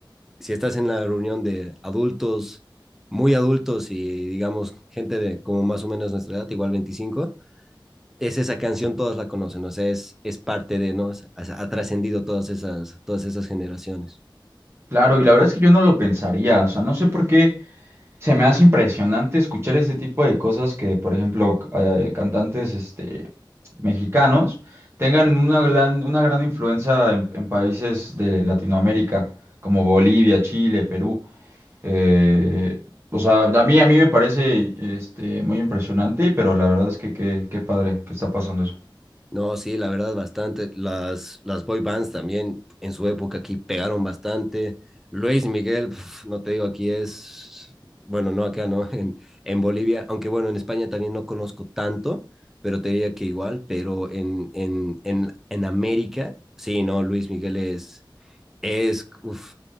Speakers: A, in the centre; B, on the right (about 30°).
A: si estás en la reunión de adultos, muy adultos y, digamos, gente de como más o menos nuestra edad, igual 25, es esa canción, todos la conocen, o sea, es, es parte de, ¿no? O sea, ha ha trascendido todas esas, todas esas generaciones.
B: Claro, y la verdad es que yo no lo pensaría, o sea, no sé por qué. Se me hace impresionante escuchar ese tipo de cosas que, por ejemplo, c- eh, cantantes este, mexicanos tengan una gran, una gran influencia en, en países de Latinoamérica, como Bolivia, Chile, Perú. Eh, o sea, a mí, a mí me parece este, muy impresionante, pero la verdad es que qué, qué padre que está pasando eso.
A: No, sí, la verdad, bastante. Las, las boy bands también en su época aquí pegaron bastante. Luis Miguel, pf, no te digo, aquí es, bueno, no acá, ¿no? <laughs> En, en Bolivia, aunque bueno, en España también no conozco tanto, pero te diría que igual, pero en, en, en, en América, sí, no, Luis Miguel es, es, uf,